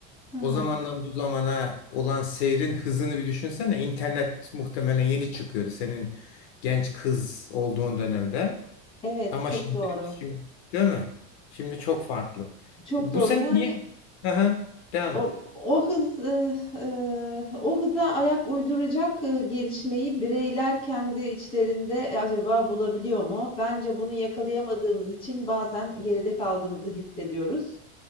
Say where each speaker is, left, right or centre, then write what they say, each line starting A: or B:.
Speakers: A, on the left; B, on the left.
A: Hı hı.
B: o zamandan bu zamana olan seyrin hızını bir düşünsene. İnternet muhtemelen yeni çıkıyordu senin genç kız olduğun dönemde.
A: Evet,
B: Ama
A: çok
B: şimdi,
A: doğru.
B: şimdi değil mi? Şimdi çok farklı.
A: Çok
B: Bu
A: doğru.
B: sene
A: Yani
B: niye? Aha, devam
A: O
B: et.
A: o hız, eee, eee, o hıza ayak uyduracak, eee, gelişmeyi bireyler kendi içlerinde e, acaba bulabiliyor mu? Bence bunu yakalayamadığımız için bazen geride kaldığımızı hissediyoruz.